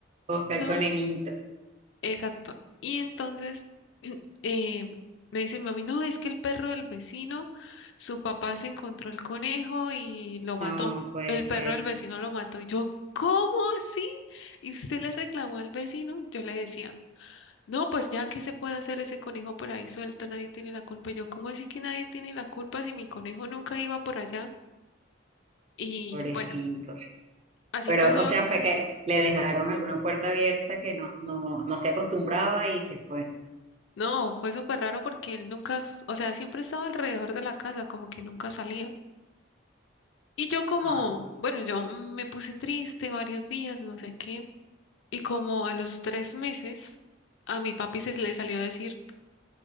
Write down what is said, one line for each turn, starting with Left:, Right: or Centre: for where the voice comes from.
Right: busca
Left: No.
Right: el conejito.
Left: Exacto. Y entonces <clears throat> eh, me dice mi mami, no, es que el perro del vecino, su papá se encontró el conejo y lo mató.
Right: No, pues,
Left: El perro del vecino lo mató. Y yo, ¿cómo así? Y usted le reclamó al vecino. Yo le decía, no, pues ya que se puede hacer ese conejo por ahí suelto, nadie tiene la culpa. Y yo, ¿cómo así que nadie tiene la culpa si mi conejo nunca iba por allá? Y
Right: pobrecito.
Left: bueno, así
Right: Pero,
Left: pasó.
Right: o sea, fue que le dejaron alguna puerta abierta que no, no, no se acostumbraba y se fue.
Left: No, fue súper raro porque él nunca, s- o sea, siempre estaba alrededor de la casa, como que nunca salía. Y yo como,
Right: Ah,
Left: bueno, yo me puse triste varios días, no sé qué. Y como a los tres meses, a mi papi se le salió a decir